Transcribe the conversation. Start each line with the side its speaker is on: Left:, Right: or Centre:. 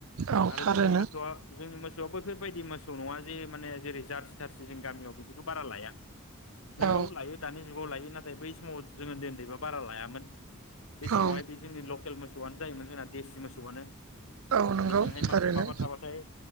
Right: औ
Left: आरो
Right: थारैनो
Left: जोंनि मोसौआ जोंनि मोसौआ बैफोरबायदि मोसौ नङा जे माने जेरै- जारसि थारसि जों गामियाव बिदिखौ बारा लाया। नोंगौ
Right: औ
Left: लायो दानि जुबाव लायो नाथाय बै समाव जोङो उन्दै उन्दैबा बारा लायामोन। बे
Right: औ
Left: समावहाय बे जोंनि लकेल मोसौआनो जायोमोन जोंना देसि मोसौआनो
Right: औ नंगौ
Left: बेजोंहाय
Right: थारैनो
Left: माब्रै माबा थाबाथाय